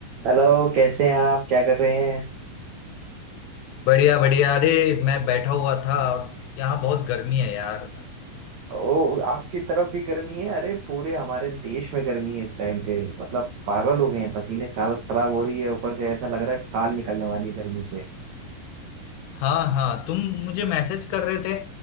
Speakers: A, on the right; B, on the left.
A: Hello कैसे हैं आप क्या कर रहे हैं
B: बढ़िया बढ़िया अरे मैं बैठा हुआ था यहाँ बहुत गर्मी है यार
A: ओ आपकी तरफ भी गर्मी है अरे पूरे हमारे देश में गर्मी है इस टाइम पे मतलब पागल हो गए हैं पसीने से हालत खराब हो रही है ऊपर से ऐसा लग रहा है खाल निकलने वाली है गर्मी से
B: हाँ हाँ तुम मुझे मैसेज कर रहे थे